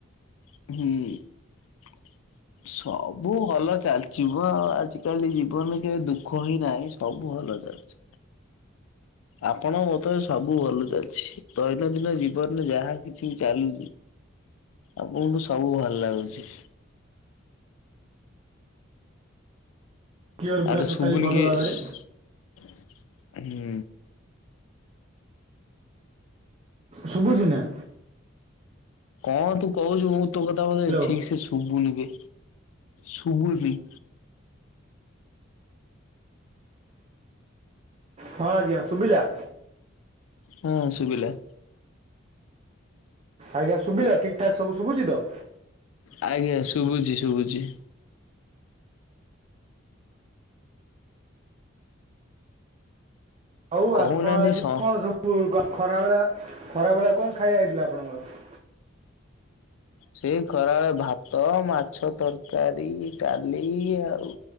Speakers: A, on the left (about 85°); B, on the right (about 30°).
A: ହୁଁ। ସବୁ ଭଲ ଚାଲଚି ମ ଆଉ ଆଜିକାଲି ଜୀବନ କେବେ ଦୁଃଖ ହିଁ ନାହିଁ ସବୁ ଭଲ ଚାଲଚି। ଆପଣଙ୍କ ମତରେ ସବୁ ଭଲ ଚାଲିଚି ଦୈନନ୍ଦିନ ଜୀବନରେ ଯାହା କିଛି ଚାଲ୍ ଆପଣଙ୍କୁ ସବୁ ଭଲ ଲାଗୁଚି।
B: କ୍ଲିଅର ପୁରା
A: ଆରେ
B: ଟୋଟାଲି
A: ଶୁବୁନିକି
B: ଭଲ ଭାବରେ
A: ଶ୍ ହୁଁ।
B: ଶୁବୁଚି ନା?
A: କଣ ତୁ କହୁଚୁ ମୁଁ ତୋ କଥା ମାନେ
B: ହ୍ୟାଲୋ
A: ଠିକସେ ଶୁ ପୁବୁନୁ ବେ ଶୁବୁଚି।
B: ହଁ ଆଜ୍ଞା ଶୁବିଲା?
A: ହଁ ଶୁବିଲା।
B: ଆଜ୍ଞା ଶୁବିଲା ଠିକ୍ ଠାକ୍ ସବୁ ଶୁବୁଚି ତ?
A: ଆଜ୍ଞା ଶୁବୁଚି ଶୁବୁଚି।
B: ଆଉ
A: କହୁନାହାନ୍ତି
B: ଆପଣ ଆଜି
A: ସ
B: କଣ ସବୁ ଖ ଖରାବେଳେ ଖରାବେଳେ କଁ ଖାଇବା ହେଇଥିଲା ଆପଣଙ୍କର?
A: ସେ ଖରାଏଳେ ଭାତ, ମାଛ ତରକାରୀ, ଡାଲି ଆଉ